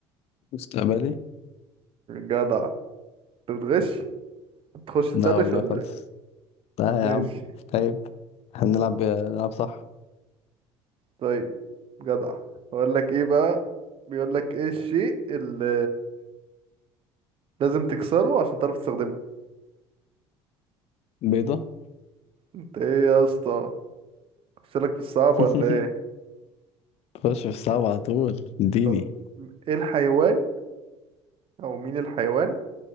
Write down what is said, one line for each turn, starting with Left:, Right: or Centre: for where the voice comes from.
Left: مستقبلي
Right: جدع انت بتغش تخش تسرش
Left: لا والله
Right: ولا
Left: خالص
Right: ايه
Left: لا
Right: ماشي
Left: يا عم طيب هنلعب نلعب صح
Right: طيب جدع اقول لك ايه بقى بيقول لك ايه الشيء اللي لازم تكسره عشان تعرف تستخدمه
Left: بيضة
Right: انت ايه يا اسطى اخشلك في الصعب
Left: <laughs>
Right: ولا ايه
Left: خش في الصعب على طول اديني
Right: طب ايه الحيوان او مين الحيوان